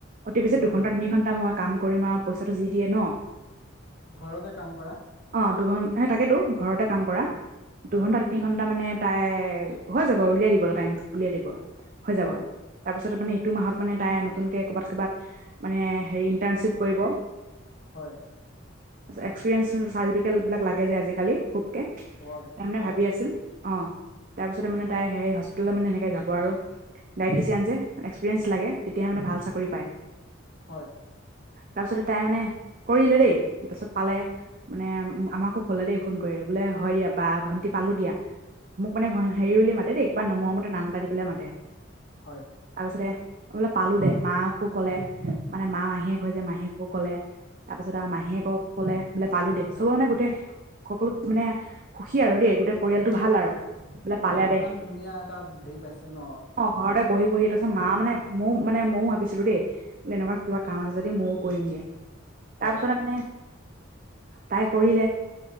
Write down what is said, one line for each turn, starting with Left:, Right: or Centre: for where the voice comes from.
Right: অতি বেছি
Left: হয়
Right: দুঘন্টা
Left: হয়
Right: তিনি ঘন্টা মই কাম কৰিম আৰু পইচাটো যি দিয়ে ন
Left: ঘৰতে কাম কৰা
Right: অ ', দুঘণ্ তাকেতো ঘৰতে কাম কৰা
Left: অ', হয়
Right: দুঘণ্টা তিনি ঘণ্টা মানে তাই হৈ যাব উলিয়াই দিব টাইমটো উলিয়াই দিব হৈ যাব।
Left: হয়
Right: তাৰপিছত মানে ইটো মাহত মানে তাই নতুনকে ক'বাত ক'বাত মানে হেৰি ইণ্টাৰ্ণশ্বিপ কৰিব
Left: হয়।
Right: একচপিৰিএনচ চাৰতিফিকেত বিলাক লাগে যে আজি কালি খুপ তে তাই
Left: হয়
Right: মানে
Left: হয়
Right: ভাবি আছিল অ', তাৰপিছতে মানে তাই হেৰি হস্পিটেলত মানে এনেকৈ যাব আৰু ডায়টিচিয়ান যে এক্সেৰিয়েঞ্চ লাগে তেতিাহে মানে ভাল চাকৰি পায়
Left: হয়
Right: তাৰপিছতে তাই মানে কৰিলে দেই তাৰপিছত পালে মানে আমাকো ক'লে দেই ফোন কৰি বোলে হয় দিয়া বা ভণ্টি পালো দিয়া মোক মানে হেৰি বুলি মাতে দেই কিবা মৰমতে নাম এটা দি পেলাই মাতে
Left: হয়
Right: তাৰপিছতে বোলে পালো দে মাকাকো কলে মানে মা মাহীয়ে হৈ যে মাহীয়েকো কলে তাৰপিছত আৰু মাহীয়ে কক ক'লে বোলে পালোঁ দে চব মানে গোটেই সকলো মানে সুখী আৰু দেই গোটেই পৰিয়ালটো ভাল আৰু বোলে পালে
Left: হয় ইমান
Right: দেই
Left: ধুনীয়া এটা হেৰি পাইছে ন
Right: অ ঘৰতে বহি বহি তাৰপিছত
Left: অ',
Right: মা মানে ময়ো মানে ময়ো ভাবিছিলো দেই বোলে এনেকুৱা কিবা কাম আছে যদি ময়ো কৰিম দিয়া
Left: হয়
Right: তাৰ পিছতে মানে তাই কৰিলে